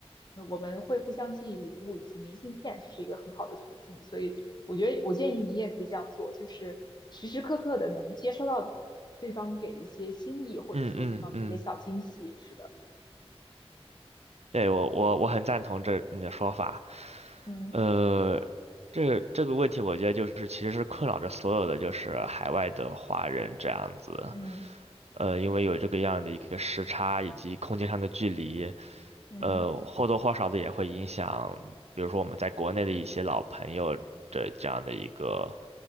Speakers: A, on the left; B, on the right.
A: 呃我们会互相寄礼物以及明信片是一个很好的途径，所以我觉得我建议你也可以这样做，就是时时刻刻的能接收到对方给的一些心意，或者说对方的一些小惊喜。
B: 嗯嗯嗯，
A: 是的，
B: 对，我我我很赞同这你的说法，
A: 嗯
B: 呃，这这个问题我觉得就是其实是困扰着所有的就是海外的华人这样子。
A: 嗯
B: 呃，因为有这个样的一个时差以及空间上的距离，
A: 嗯
B: 呃，或多或少的也会影响，比如说我们在国内的一些老朋友的这样的一个